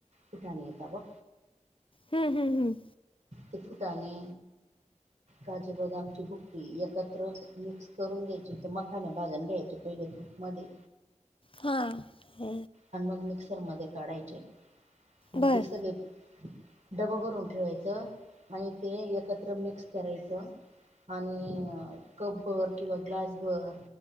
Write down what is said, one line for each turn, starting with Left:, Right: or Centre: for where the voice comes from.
Right: कुटानेे त बघ.
Left: हम्म हम् हम्
Right: ते फुटाने काजू बदामची भुकी एकत्र मी करून घ्यायची तर मखाने भाजून घ्यायचे पहिले तूपमध्ये.
Left: हा ह.
Right: आणि मग मिक्सर मध्ये काढायचे मग
Left: बर
Right: ते सगळे डब भरून ठेवायचं आणि ते एकत्र मिक्स करायचं. आणि कप भर किंवा ग्लास भर,